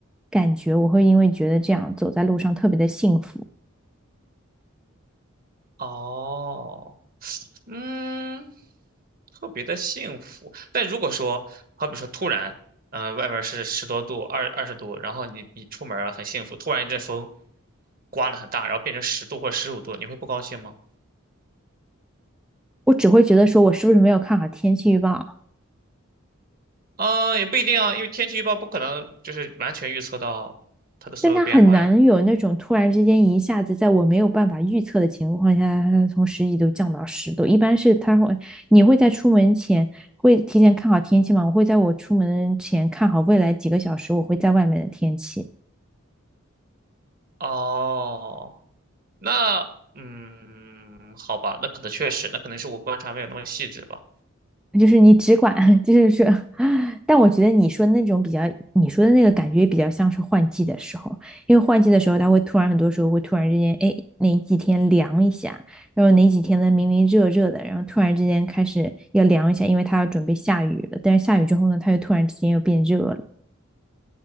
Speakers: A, in the centre; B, on the right.
A: 感觉，我会因为觉得这样走在路上特别的幸福，
B: 哦，嗯，特别的幸福。但如果说，好比说突然，嗯、外面是十多度、二二十度，然后你你出门儿很幸福，突然一阵风刮了很大，然后变成十度或者十五度，你会不高兴吗？
A: 我只会觉得说我是不是没有看好天气预报。
B: 嗯，也不一定啊，因为天气预报不可能就是完全预测到它的所有变化呀。
A: 但它很难有那种突然之间一下子在我没有办法预测的情况下，它从十几度降到十度。一般是它会，你会在出门前会提前看好天气吗？我会在我出门前看好未来几个小时我会在外面的天气。
B: 哦，那嗯，好吧，那可能确实，那可能是我观察没有那么细致吧。
A: 就是你只管，<laughs> 就是说，<laughs> 但我觉得你说那种比较，你说的那个感觉比较像是换季的时候，因为换季的时候，它会突然很多时候会突然之间，哎，哪几天凉一下，然后哪几天呢明明热热的，然后突然之间开始要凉一下，因为它要准备下雨了，但是下雨之后呢，它又突然之间又变热了，